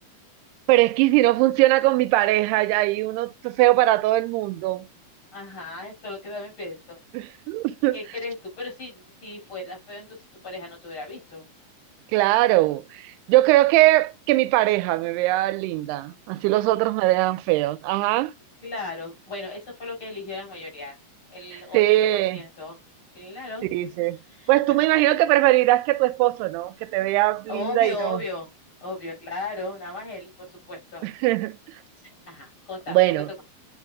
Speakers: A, on the right; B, on the left.
A: Pero es que si no funciona con mi pareja, ya hay uno feo para todo el mundo.
B: Ajá, eso es lo que también pienso.
A: <laughs>
B: ¿Qué crees tú? Pero si, si fuera feo, entonces tu pareja no te hubiera visto.
A: Claro. Yo creo que, que mi pareja me vea linda. Así
B: Que
A: los
B: tú-
A: otros me vean feos. Ajá.
B: Claro, bueno, eso fue lo que eligió la mayoría, el ochenta
A: Sí,
B: por ciento Claro,
A: sí, sí. Pues
B: ajá.
A: tú me imagino que preferirás que tu esposo, ¿no? Que te vea
B: Obvio,
A: linda y no.
B: obvio, obvio, claro, nada más él, por supuesto.
A: <laughs>
B: Ajá, contame,
A: Bueno,
B: ¿qué te tocó?